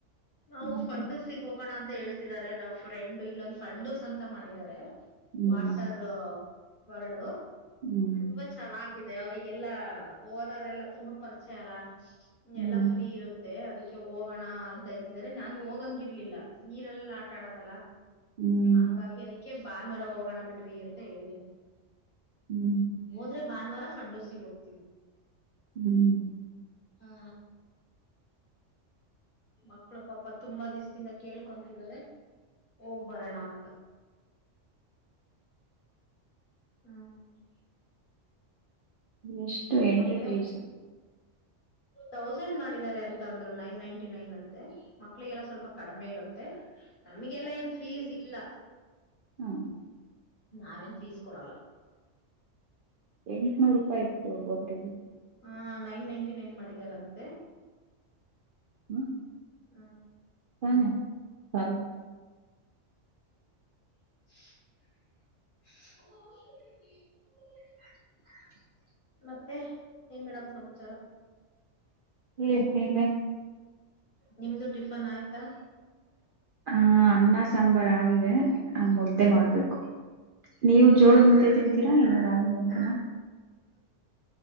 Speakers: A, on the left; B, on the right.
A: ನಾವು
B: ಮತ್ತೆ
A: ಕೊಂಡು ಸಿಗ್ ಹೋಗೋಣ ಅ ಹೇಳ್ತಿದ್ದಾರೆ ನಾವ್ ಫ್ರೆಂಡ್ ಇಲ್ಲೊಂದು ಫಂಡುಸ್ ಅಂತ ಮಾಡಿದಿದ್ದಾರೆ
B: ಹ್ಮ್
A: ವಾಟರ್ ವರಡು
B: ಹ್ಮ್
A: ತುಂಬಾ ಚೆನ್ನಾಗಿ ಅವರಿಗೆಲ್ಲ ಓನರ್ ಎಲ್ಲ ತುಂಬಾ ಪರಿಚಯ ಅಲ್ಲ
B: ಹ್ಮ್
A: ಎಲ್ಲಾ ಫ್ರೀ ಇರುತ್ತೆ ಅದಕ್ಕೆ ಹೋಗಣ ಅಂತ ಅನ್ಂತಿದಿದ್ದಾರೆ ನಾನು ಹೋಗಂಗ ಇರ್ಲಿಲ್ಲ ನೀರೆಲ್ಲ ಆಟಾಡದಲ್ಲ
B: ಹ್ಮ್
A: ಹಂಗಾಗಿ
B: ಹ್ಮ್
A: ಅದಕ್ಕೆ ಭಾನವಾರ ಹೋಗೋಣ ಬಿಡ್ರಿ ಅಂತ ಹೇಳಿದೀನಿ
B: ಹ್ಮ್
A: ಹೋದ್ರೆ ಭಾನುವಾರ ಫಂಡೋಸಿಗೆ ಹೋಗ್ತವಿ
B: ಹ್ಮ್
A: ಹಾ ಮಕ್ಳ ಪಾಪ ತುಂಬಾ ದಿಸ್ದಿಂದ ಕೇಳ್ಕೊಂತಾರೆ ಹೋಗ್ ಬರೋಣ ಅಂತ ಹ್ಮ್
B: ಎಷ್ಟು ಎಂಟ್ರಿ
A: ಮತ್ತೆ
B: ಫೀಸ್
A: ತೌಸಂಡ್ ಮಾಡಿದ್ದಾರೆ ಅಂತ ಅಂದ್ರು ನೈನ್ ನೈನ್ಟಿ ನೈನ್ ಅಂತೆ ಮಕ್ಳಿಗೆಲ್ಲ ಸ್ವಲ್ಪ ಕಡಿಮೆ ಇರುತ್ತೆ ನಮ್ಗೆಲ್ಲ ಏನ್ ಫೀಸ್ ಇಲ್ಲ
B: ಹ್ಮ್
A: ನಾವೇನ್ ಫೀಸ್ ಕೊಡಲ್ಲ
B: ಎಂಟುನೂರು ರೂಪಾಯಿ ಇತ್ತುಬ್ಬೊಬ್ಬ್ರರಿಗೆ
A: ಹ ನೈನ್ ನೈಂಟಿ ನೈನ್ ಮಾಡಿದಾರಂತೆ
B: ಹ್ಮ
A: ಹ್ಮ್
B: ಸಾನ ಸ
A: <unintelligible> ಅಷ
B: <unintelligible>
A: ಮತ್ತೆ ಏನ್ ಮೇಡಮ್ ಸಮಾಚಾರ
B: ಹ್ಮ ಹ್ಮದ
A: ನಿಮ್ದು ಟಿಫನ್ ಆಯ್ತಾ
B: ಹ ಅನ್ನ ಸಾಂಬಾರ್ ಆಗಿದೆ ಆ ಮುದ್ದೆ ಮಾಡ್ಬೇಕು ನೀವು ಜೋಳದ
A: ಹ್ಮ್
B: ಮುದ್ದೆ ತಿಂತೀರಾ ಇನ್ನು ರಾಗಿ ಮುದ್ದನ